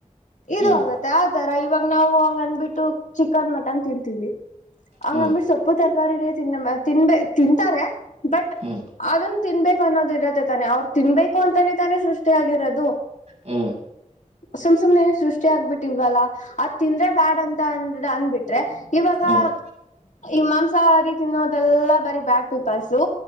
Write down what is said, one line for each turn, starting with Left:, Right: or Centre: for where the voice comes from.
Left: ಇದು
Right: ಹ್ಮ್
Left: ಆಗತ್ತೆ ಆತರ ಇವಾಗ ನಾವು ಹಂಗ ಅಂದ್ಬಿಟ್ಟು ಚಿಕನ್ ಮಟನ್ ತಿಂತೀವಿ. ಹಂಗಂದಿಟ್ಟ
Right: ಹ್ಮ್
Left: ಸೊಪ್ಪು ತರಕಾರಿನೇ ತಿನ್ನ ತಿನ್ಬ ತಿಂತಾರೆ ಬಟ್.
Right: ಹ್ಮ್
Left: ಅದನ್ನು ತಿನ್ಬೇಕು ಅನ್ನೋದು ಇರತ್ತೆ ತಾನೆ ಅವ್ರು ತಿನ್ಬೇಕು ಅಂತಾನೇ ತಾನೆ ಸೃಷ್ಟಿಯಗಿರೋದು.
Right: ಹ್ಮ್.
Left: <inaudible> ಸುಮ್ ಸುಮ್ನೆ ಏನ್ ಸೃಷ್ಟಿ ಆಗ್ಬಿಟ್ಟಿಲ್ವಲ್ಲ ಅದ್ ತಿಂದ್ರೆ ಬ್ಯಾಡ್ ಅಂತ ಅಂದ ಅಂದಬಿಟ್ರೆ ಇವಾಗ.
Right: ಹ್ಮ್
Left: <unintelligible> ಈ ಮಾಂಸಾಹಾರಿ ತಿನ್ನೋದೆಲ್ಲಾ ಬರೀ ಬ್ಯಾಡ್ ಪೀಪಲ್ಸು